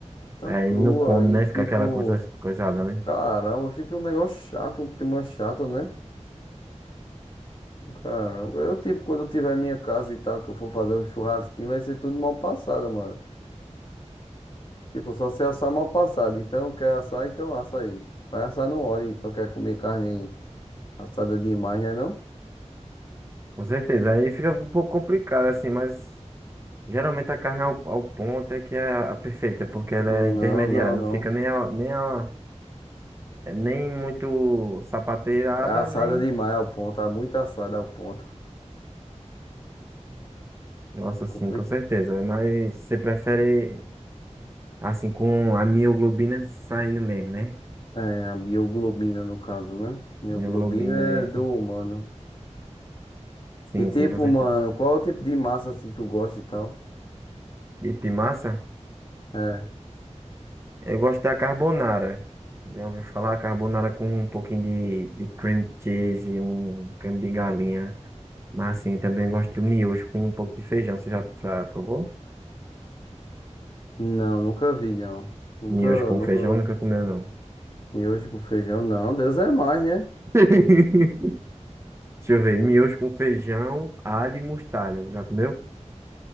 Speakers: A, on the left (about 45°); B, on the right (about 20°).
A: Tá
B: Aí
A: crua
B: não come,
A: e
B: né?
A: tipo,
B: Fica aquela coisa, coisada, né?
A: caramba, fica um negócio chato, um clima chato, né? Caramba, eu tipo, quando eu tiver minha casa e tal, que eu for fazer um churrasquinho, vai ser tudo mal passado, mano. Tipo, só se assar mal passado. Então, quer assar, então assa aí. Vai assar no óleo, então quer comer carne assada demais, né não?
B: Com certeza. Aí fica um pouco complicado, assim, mas Geralmente a carne é ao, ao ponto é que é a perfeita, é porque ela
A: Não,
B: é intermediária,
A: não,
B: não
A: não.
B: fica nem, a- nem, a- nem muito sapateirada,
A: É assada
B: nem.
A: demais ao ponto, tá muito assada ao ponto.
B: Nossa,
A: É
B: sim,
A: complicado.
B: com certeza. Mas você prefere assim com a mioglobina saindo mesmo, né?
A: É, a bioglobina no caso, né? Mioglobina
B: Mioglobina,
A: é
B: isso.
A: do humano.
B: Sim,
A: E tipo,
B: sim, com certeza.
A: mano, qual é o tipo de massa assim tu gosta e tal?
B: E de massa,
A: É.
B: eu gosto da carbonara. Já ouviu falar carbonara com um pouquinho de, de cream cheese e um creme de galinha. Mas assim, também gosto do miojo com um pouco de feijão. Você já, já provou?
A: Não, nunca vi, não. Nunca,
B: Miojo com
A: nunca.
B: feijão nunca comeu, não.
A: Miojo com feijão, não. Deus é mais, né?
B: <laughs> Deixa eu ver. Miojo com feijão, alho e mostarda. Já comeu?